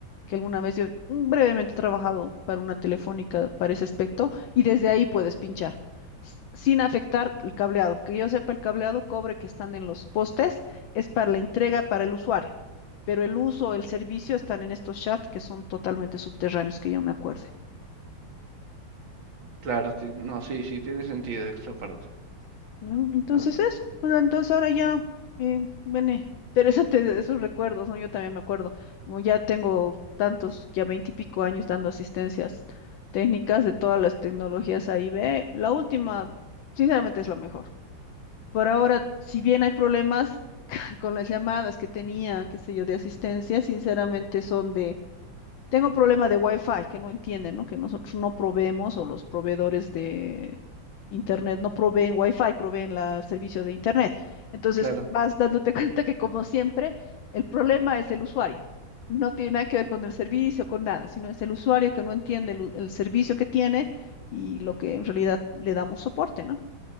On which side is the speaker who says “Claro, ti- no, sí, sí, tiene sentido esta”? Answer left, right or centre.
Right